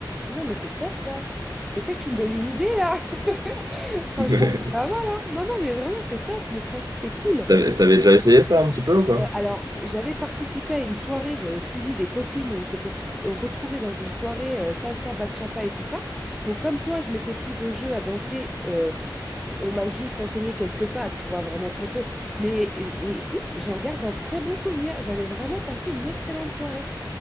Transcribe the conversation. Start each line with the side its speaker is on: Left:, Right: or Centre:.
Centre: Non, mais c'est top ça. Mais tu sais que tu me donnes une idée là. <laughs>
Right: <laughs>
Centre: Franchement,
Right: Mais
Centre: c'est pas mal. hein. Non, non, mais vraiment, c'est top. Le principe est cool.
Right: T'avais t'avais déjà essayé ça un petit peu ou pas?
Centre: Euh, alors, j'avais participé à une soirée, j'avais suivi des copines où on s'était re- euh, retrouvées dans une soirée euh, salsa, bachata et tout ça. Donc, comme toi, je m'étais prise au jeu à danser. euh, on m'a juste enseigné quelques pas, tu vois, vraiment très peu. Mais et- et écoute, j'en garde un très bon souvenir. J'avais vraiment passé une excellente soirée.